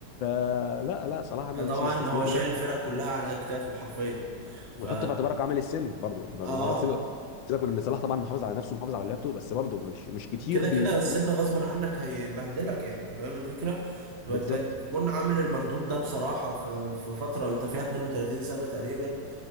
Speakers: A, on the left; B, on the right.
A: آه لا لا صلاح عمل
B: فطبعا
A: موسم استثنائي
B: هو شايل
A: له
B: الفرق كلها على اكتافه حرفيا ف
A: وحط في اعتبارك عامل السن برضو برضو
B: اه
A: هو سيبك سيبك من ان صلاح طبعا محافظ على نفسه محافظ على لياقته بس برضو مش مش كتير
B: كده
A: بيفضل
B: كده السن غصبا عنك هيبهدلك يعني فاهم الفكره وانت
A: بالظبط
B: تكون عامل المردود ده بصراحه في في فتره انت فيها 32 سنه تقريبا